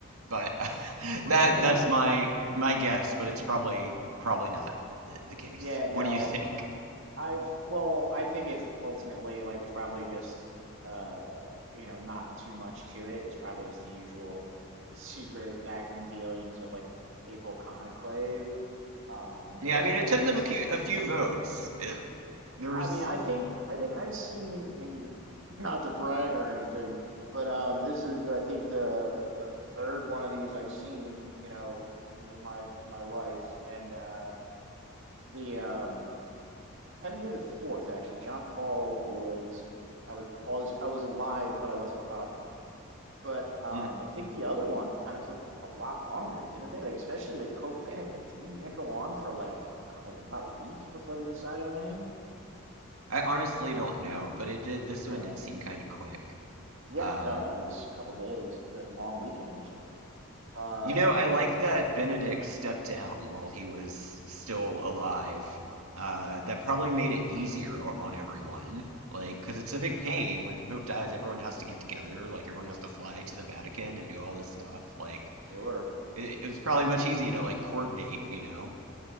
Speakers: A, on the right; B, on the right.
A: But <laughs>
B: Right.
A: that that's my my guess, but it's probably probably not i- the case.
B: Yeah, no.
A: What do you think?
B: I've well, I think it's ultimately like it's probably just uh you know not too much to it. It's probably just the usual secret backroom dealings of like a papal conclave. Uh,
A: Yeah,
B: but
A: I mean, it
B: I mean,
A: took them
B: I s-
A: a few, a few votes. It, there
B: I
A: was,
B: mean, I think I think I've seen. I mean, not to brag or anything, but um, this is I think the the third one of these I've seen. You know, in, in my in my life, and uh, the um technically the fourth, actually. John Paul was I was I was I was alive, but I wasn't cognizant. But um,
A: mm,
B: I think the other ones kind of took a lot longer, didn't they? Like especially like Pope Benedict, didn't that go on for like co- like about a week before they decided on him?
A: I honestly don't know, but it did. This
B: Yeah,
A: one did seem kind of quick.
B: yeah,
A: Um,
B: no, it was a couple days. It's a long weekend or something. Um,
A: You know, I like that Benedict stepped down while he was still alive. Uh, that probably made it easier o- on everyone. Like, because it's a big pain when the Pope dies, everyone has to get together. Like, everyone has to fly to the Vatican and do all this stuff. Like,
B: sure.
A: it, it was probably much easier to like coordinate, you know?